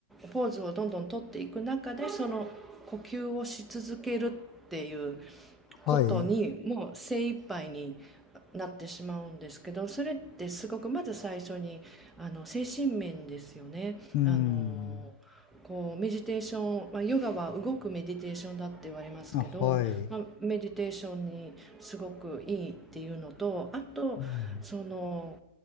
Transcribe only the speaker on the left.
はい、
うん、
あはい、
うん、